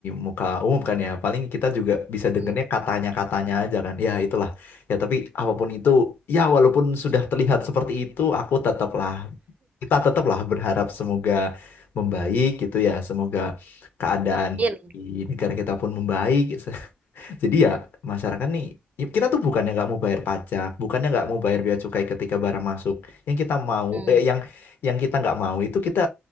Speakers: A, on the left; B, on the right.
A: muka umum kan ya paling kita juga bisa dengernya
B: Mm,
A: katanya-katanya aja kan ya itulah ya tapi apapun itu ya walaupun sudah terlihat seperti itu aku tetaplah kita tetaplah berharap semoga membaik gitu ya semoga keadaan
B: Amin.
A: di negara kita pun membaik jadi ya masyarakat nih ya, kita tuh bukannya nggak mau bayar pajak, bukannya nggak mau bayar bea cukai ketika barang masuk. Yang kita mau,
B: Mm.
A: eh, yang yang kita nggak mau itu kita